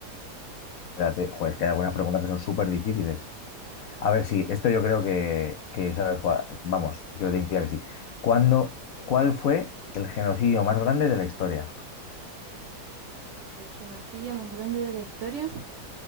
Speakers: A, on the left (about 70°); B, on the right (about 60°).
A: espérate, joder, es que hay algunas preguntas que son súper difíciles. A ver, sí, esto yo creo que, que sabes cuál- Vamos, yo diría que sí. ¿Cuándo, cuál fue el genocidio más grande de la historia?
B: El genocidio más grande de la historia.